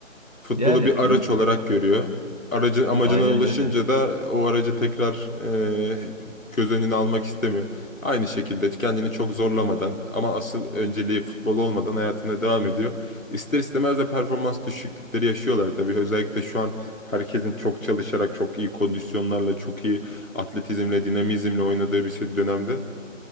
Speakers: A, on the left; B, on the left.
A: Futbolu
B: Yani
A: bir araç
B: n-
A: olarak görüyor. Aracın amacına
B: aynen
A: ulaşınca
B: öyle.
A: da o aracı tekrar e, göz önüne almak istemiyor. Aynı şekilde kendini çok zorlamadan ama asıl önceliği futbol olmadan hayatına devam ediyor. İster istemez de performans düşüklükleri yaşıyorlar tabii. Özellikle şu an herkesin çok çalışarak, çok iyi kondisyonlarla, çok iyi atletizmle, dinamizmle oynadığı bir şey- dönemde